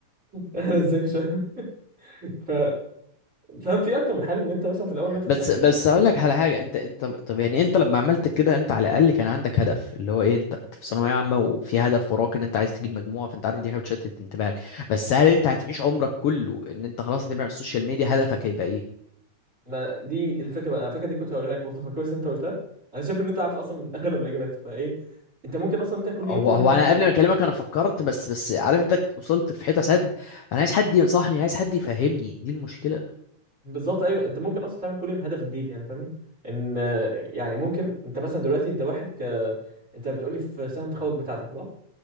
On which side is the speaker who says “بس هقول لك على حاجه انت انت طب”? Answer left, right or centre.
Left